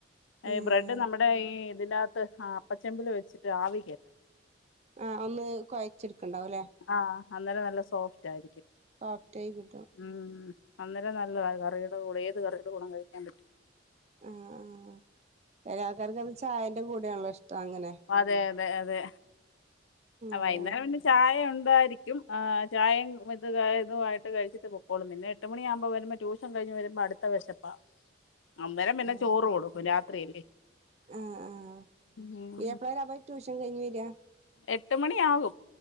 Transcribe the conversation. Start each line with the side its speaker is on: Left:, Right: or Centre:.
Left: ഏഹ്
Right: ഉം
Left: ബ്രഡ് നമ്മടെ ഈ തിൻ്റാകത്ത് ആഹ് അപ്പച്ചെമ്പില് വെച്ചിട്ട് ആവി കേറ്റണം.
Right: ആഹ് ഒന്ന് കൊയച്ചിട്ക്ക്ണ്ടാവും ലെ.
Left: ആഹ് അന്നേരം നല്ല സോഫ്റ്റായി രിക്കും.
Right: സോഫ്റ്റായി കിട്ടും.
Left: ഉം അന്നേരം നല്ലതാ. കറിയുടെ കൂടെ ഏത് കറിയുടെ കൂടേം കഴിക്കാം പറ്റും.
Right: ആഹ് ആഹ്. ചെല ആൾക്കാർക്ക് അത് ചായന്റെ കൂടെയാണല്ലൊ ഇഷ്ടം അങ്ങനെ.
Left: അതെ, അതെ, അതെ. അഹ്
Right: അതാണ്
Left: വൈന്നേരം പിന്നെ ചായ ഉണ്ടായിരി.... ക്കും ആഹ് ചായേം ഇത് കാ ഇത് വായിട്ട് കഴിച്ചിട്ട് പൊക്കോളും. പിന്നെ എട്ട് മണിയാവ്‌മ്പം വെര്മ്പം ട്യൂഷൻ കഴിഞ്ഞ് വെര്മ്പ അട് അടുത്തത്ത് ത്ത വെശപ്പാ. അന്നേരം പിന്നെ ചോറ്
Right: ആ
Left: കൊടുക്കും രാത്രിയല്ലെ.
Right: ആഹ് ആഹ്
Left: ഉം
Right: ഇയ്യ് എപ്പളാ അപ്പൊ ട്യൂഷൻ കഴിഞ് വെരാ?
Left: എട്ട് മണിയാവും.